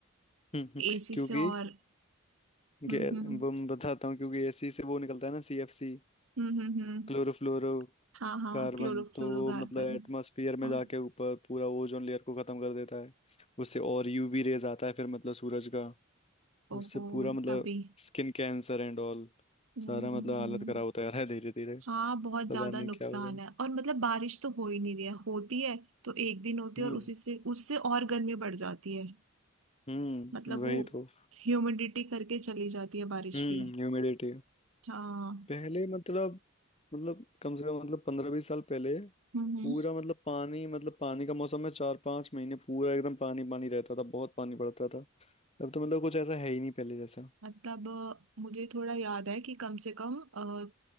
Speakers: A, on the left (about 30°); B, on the right (about 75°).
A: हम्म, हम्म,
B: एसी
A: क्योंकि
B: से और हम्म
A: गैस
B: हम्म
A: वो मैं बताता हूँ क्योंकि एसी से वो निकलता है ना सीएफसी
B: हम्म हम्म हम्म,
A: क्लोरोफ्लोरो
B: हाँ हाँ
A: कार्बन
B: क्लोरोफ्लोरोकार्बन
A: तो वो मतलब एटमॉस्फेयर में
B: हाँ
A: जाके ऊपर पूरा ओजोन लेयर को खत्म कर देता है उससे और यूवी रेज आता है फिर मतलब सूरज का
B: ओहो
A: उससे पूरा मतलब
B: तभी
A: स्किन कैंसर एंड ऑल
B: हम्म
A: सारा
B: हम्म
A: मतलब
B: हम्म।
A: हालत खराब होता जा रहा है धीरे धीरे
B: हाँ बहुत ज्यादा
A: पता नहीं
B: नुकसान
A: क्या होगा
B: है और मतलब बारिश तो हो ही नहीं रही है होती है तो एक दिन होती
A: हम्म
B: है और उसी से उससे और गर्मी बढ़ जाती है
A: हम्म
B: मतलब
A: वही
B: वो
A: तो
B: ह्यूमिडिटी करके चली जाती है बारिश
A: हम्म
B: भी
A: ह्यूमिडिटी
B: हाँ
A: पहले मतलब मतलब कम से कम मतलब पंद्रह बीस साल पहले
B: हम्म
A: पूरा मतलब पानी मतलब पानी का मौसम में चार पांच महीने पूरा एकदम पानी पानी रहता था बहुत पानी पड़ता था अब तो मतलब कुछ ऐसा है ही नहीं पहले जैसा
B: मतलब अ, मुझे थोड़ा याद है कि कम से कम अ,